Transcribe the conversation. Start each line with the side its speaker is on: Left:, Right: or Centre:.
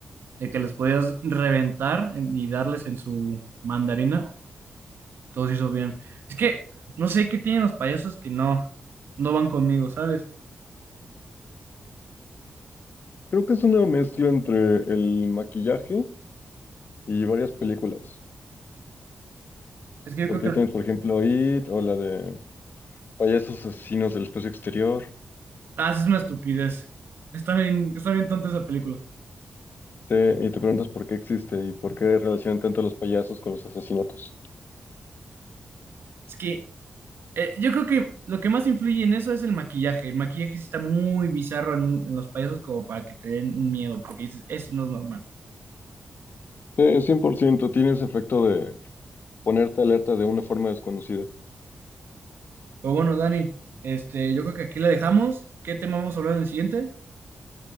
Right: de que les podías reventar en- y darles en su mandarina. Todo se hizo bien. Es que no sé qué tienen los payasos que no, no van conmigo, ¿sabes?
Left: Creo que es una mezcla entre el maquillaje y varias películas.
Right: Es que yo
Left: Porque
Right: creo que...
Left: ahí tienes, por ejemplo, IT o la de payasos asesinos del espacio exterior.
Right: Ah, es una estupidez. Está bien, está bien tonta esa película.
Left: Sí, y te preguntas por qué existe y por qué relacionan tanto los payasos con los asesinatos.
Right: Es que Eh, yo creo que lo que más influye en eso es el maquillaje. El maquillaje sí está muy bizarro en, un- en los payasos como para que te den un miedo, porque dices, eso no es normal.
Left: Sí, 100%. tiene ese efecto de ponerte alerta de una forma desconocida.
Right: Pero bueno, Dani, este, yo creo que aquí la dejamos. ¿Qué tema vamos a hablar en el siguiente?